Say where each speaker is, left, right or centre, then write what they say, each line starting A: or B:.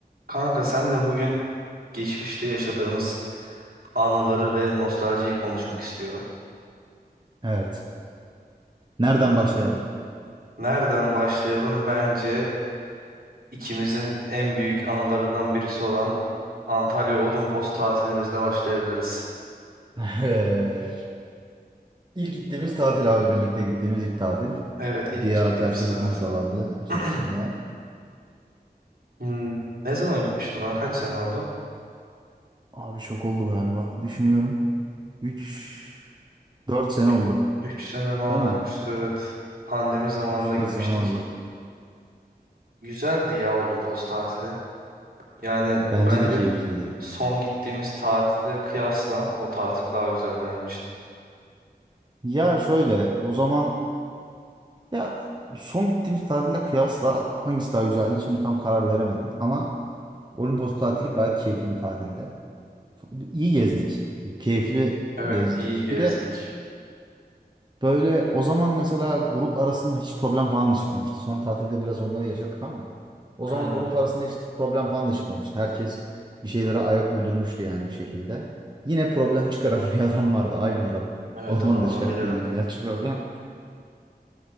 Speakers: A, on the right; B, on the right.
A: Kanka senle bugün geçmişte yaşadığımız anıları ve nostaljiyi konuşmak istiyorum.
B: Evet. Nereden başlayalım?
A: Nereden başlayalım? Bence ikimizin en büyük anılarından birisi olan Antalya Olimpos tatilimizle başlayabiliriz.
B: Eee, İlk gittiğimiz tatil abi birlikte gittiğimiz ilk tatil.
A: Evet, ilk
B: Diğer
A: gittiğimiz
B: arkadaş grubumuz
A: tatil.
B: da vardı işin
A: <clears throat>
B: içinde.
A: Hmm, Ne zaman gitmiştik ona? Kaç sene oldu?
B: Abi şok oldu galiba. Düşünüyorum. 3 4 sene
A: Üç
B: oldu.
A: üç sene falan
B: Değil mi?
A: olmuştur evet. Pandemi zamanında
B: Üç
A: gitmiştik.
B: dört sene oldu.
A: Güzeldi ya Olimpos tatili. Yani
B: Bence
A: bence
B: de keyifliydi.
A: son gittiğimiz tatile kıyasla o tatil daha güzeldi benim için.
B: Ya şöyle o zaman ya son gittiğimiz tatille kıyasla hangisi daha güzeldi? Şimdi tam karar veremedim. Ama Olimpos tatili gayet keyifli bir tatildi. İyi gezdik. Keyifli
A: Evet,
B: gezdik.
A: iyi gezdik.
B: Bir de Böyle o zaman mesela grup arasında hiç problem falan da çıkmamıştı. Son tatilde biraz onları yaşadık ama o
A: Aynen.
B: zaman grup arasında hiç problem falan da çıkmamıştı. Herkes bir şeylere ayak uydurmuştu yani bir şekilde. Yine problem <laughs> çıkaran bir adam vardı aynı adam.
A: Evet,
B: O zaman
A: o adamı
B: da çıkarttıydı
A: bilirim.
B: yine gerçi problem.